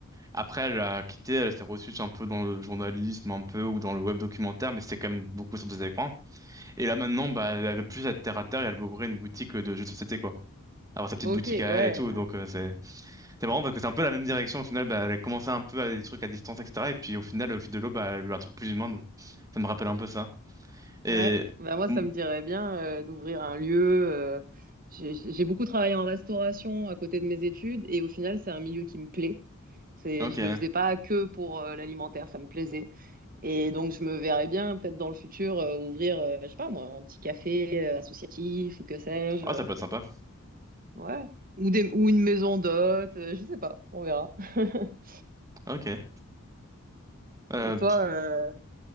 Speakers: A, on the right (about 15°); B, on the right (about 40°).
A: Après, elle a quitté, elle s'est reçue un peu dans le journalisme, un peu, ou dans le web documentaire, mais c'était quand même beaucoup sur des écrans. Et là maintenant, bah, elle veut plus être terre à terre et elle veut ouvrir une boutique euh, de jeux de société, quoi. Avoir sa petite
B: Ok,
A: boutique à elle
B: ouais,
A: et tout. Donc euh, c'est c'est marrant parce que c'est un peu la même direction. Au final, bah, elle commençait un peu à des trucs à distance, etc. Et puis au final, au fil de l'eau, bah, elle veut un truc plus humain. Donc ça me rappelle un peu ça. Et
B: ouais. Bah moi,
A: Mm,
B: ça me dirait bien euh, d'ouvrir un lieu. euh, j'ai j'ai beaucoup travaillé en restauration à côté de mes études et au final, c'est un milieu qui me plaît. C'est,
A: ok,
B: je le faisais pas que pour euh, l'alimentaire, ça me plaisait. Et donc, je me verrais bien peut-être dans le futur euh, ouvrir, euh, je sais pas moi, un petit café euh, associatif ou que sais-je.
A: ah
B: euh,
A: ça peut être sympa.
B: Ouais. Ou, des, ou une maison d'hôte, euh, je sais pas, on verra. <laughs>
A: Ok. Euh,
B: Et toi,
A: pff,
B: euh,